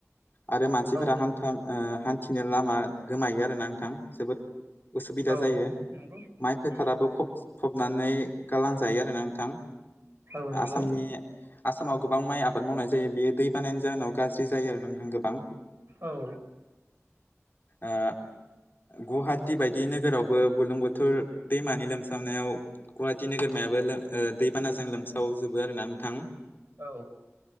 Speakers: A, on the left; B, on the right.
A: आरो मानसिफोरा
B: औ
A: हान्था हान्थिनो लामा गोमायो आरोना नोंथां जोबोद उसुबिदा
B: औ
A: जायो
B: नंगौ
A: माइ फेटाराबो
B: उम
A: फ फबनानै गालांजायो आरोना नोंथां?
B: औ नंगौ
A: आसामनि आसामाव गोबां माइ आबाद मावनाय जायो बे दै बानायनि जाहोनाव गाज्रि जायो नोंथां गोबां
B: औ
A: ओ गुवाहाटि बायदि नोगोरावबो बुलुं बुथोर दैमानि नो लोमसावनायाव गुवाहाटि नोगोरमायाबो ओ दैबानाजों लोमसावजोबो आरोना नोंथां?
B: औ